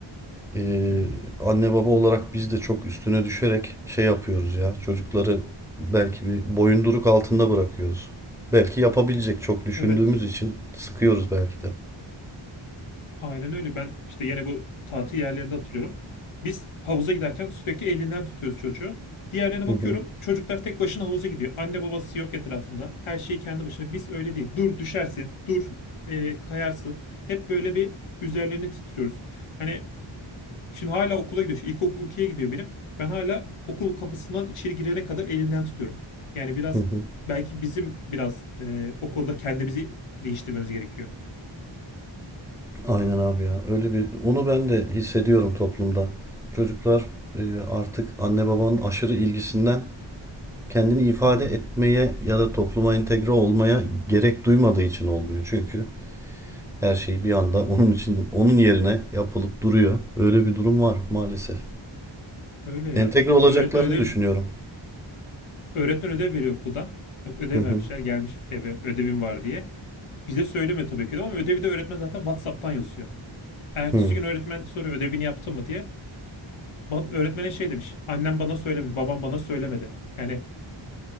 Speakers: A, in the centre; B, on the left (about 80°).
A: e,
B: Hı hı.
A: anne baba olarak biz de çok üstüne düşerek şey yapıyoruz ya. Çocukları belki bir boyunduruk altında bırakıyoruz. Belki yapabilecek çok düşündüğümüz
B: Evet.
A: için sıkıyoruz belki de.
B: Aynen öyle. Ben işte yine bu tatil yerlerinde hatırlıyorum. Biz havuza giderken sürekli elinden tutuyoruz çocuğu. Diğerlerine
A: Hı
B: bakıyorum.
A: hı,
B: Çocuklar tek başına havuza gidiyor. Anne babası yok etrafında. Her şey kendi başına. Biz öyle değil. Dur düşersin. Dur e, kayarsın. Hep böyle bir üzerlerine titriyoruz. Hani şimdi hala okula gidiyor. Şimdi İlkokul 2'ye gidiyor benim. Ben hala okul kapısından içeri girene kadar elinden tutuyorum. Yani biraz
A: hı hı.
B: belki bizim biraz e, o konuda kendimizi değiştirmemiz gerekiyor.
A: Aynen abi ya. Öyle bir onu ben de hissediyorum toplumda. Çocuklar e, artık anne babanın aşırı ilgisinden kendini ifade
B: Hı hı.
A: etmeye ya da topluma entegre olmaya gerek duymadığı için olmuyor. Çünkü her şey bir anda onun için onun yerine yapılıp duruyor. Öyle bir durum var maalesef.
B: Öyle ya.
A: Entegre olacaklarını
B: Öğretmen ödev
A: düşünüyorum.
B: Öğretmen ödev veriyor okuldan. Ödev
A: Hı hı.
B: vermişler gelmiş eve ödevim var diye. Bize söylemiyor tabii ki de ama ödevi de öğretmen zaten WhatsApp'tan yazıyor. Ertesi
A: Hı.
B: gün öğretmen soruyor ödevini yaptın mı diye. Öğretmene şey demiş. Annem bana söylemedi, babam bana söylemedi. Yani